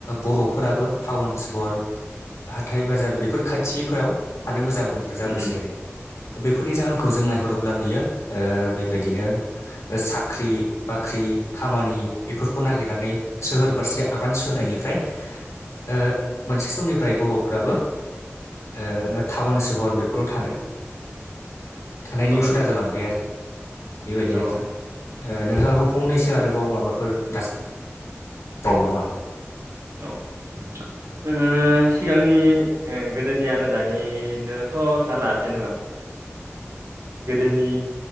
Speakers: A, on the left; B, on the right.
A: बर'फोराबो टाउन सहर हाथाय बाजार बेफोर खाथिफोराव थानो मोजां मोनो। जाबायसै
B: उम
A: आरो बेफोरनि जाहोनखौ जों नायहरोब्ला नुयो बेबायदिनो साख्रि बाख्रि खामानि बेफोरखौ नागिरनानै सोहोर फारसे आगान सुरनायनिफ्राय ओ मोनसे समनिफ्राय बर'फोराबो ओ टाउन सहर बेफोराव थानो थानायनि
B: औ
A: हुदा जालांबाय आरो। बेबायदि नोंथां
B: औ
A: ओ नोंथाङाबो फंनैसो आरोबाव माबाफोर दास औ नामा
B: औ
A: <inaudible>
B: उम सिगांनि गोदोनि आरो दानिथ' जाला जेनेबा गोदोनि